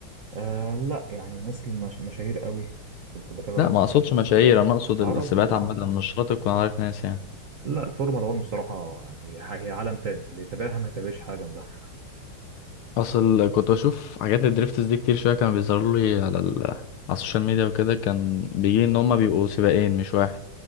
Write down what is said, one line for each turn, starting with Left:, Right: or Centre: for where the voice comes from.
Right: آه لا يعني ناس المش... مشاهير قوي كنت بتابعه
Left: لا ما
Right: زمان
Left: اقصدش
Right: بس
Left: مشاهير انا اقصد
Right: عرب
Left: السباقات
Right: لا
Left: عامه
Right: لا
Left: مش شرط تكون عارف ناس يعني
Right: لا الفورمولا 1 بصراحة يعني هي عالم تاني اللي يتابعها ما يتابعش حاجة جنبها
Left: اصل كنت بشوف حاجات الدريفتس دي كتير شويه كان بيظهروا لي على ال... على السوشيال ميديا وكده كان بيجي ان هما بيبقوا سباقين مش واحد